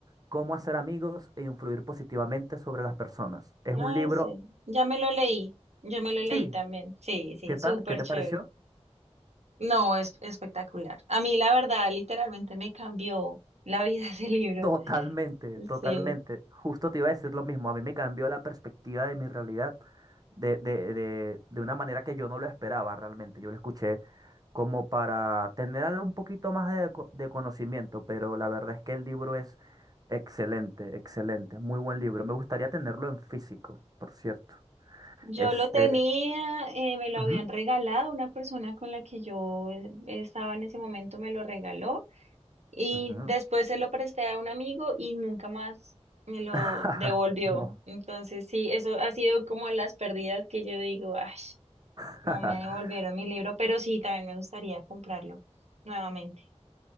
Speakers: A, on the right; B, on the right.
A: Cómo hacer amigos e influir positivamente sobre las personas. Es
B: No
A: un libro,
B: sé, ya me lo leí, yo me lo leí
A: sí,
B: también. Sí, sí,
A: ¿qué tal?
B: súper
A: ¿Qué te
B: chévere.
A: pareció?
B: No, es espectacular. A mí, la verdad, literalmente me cambió la vida <laughs> ese libro.
A: Totalmente, totalmente.
B: Sí.
A: Justo te iba a decir lo mismo. A mí me cambió la perspectiva de mi realidad de, de, de, de una manera que yo no lo esperaba realmente. Yo lo escuché como para tener algo un poquito más de, co- de conocimiento, pero la verdad es que el libro es excelente, excelente. Muy buen libro. Me gustaría tenerlo en físico, por cierto.
B: Yo
A: Este.
B: lo tenía, eh, me lo
A: ujú,
B: habían regalado, una persona con la que yo eh, estaba en ese momento me lo regaló y
A: ujú.
B: después se lo presté a un amigo y nunca más me lo
A: <laughs>
B: devolvió.
A: No.
B: Entonces, sí, eso ha sido como de las pérdidas que yo digo, ay,
A: <laughs>
B: no me devolvieron mi libro, pero sí, también me gustaría comprarlo nuevamente.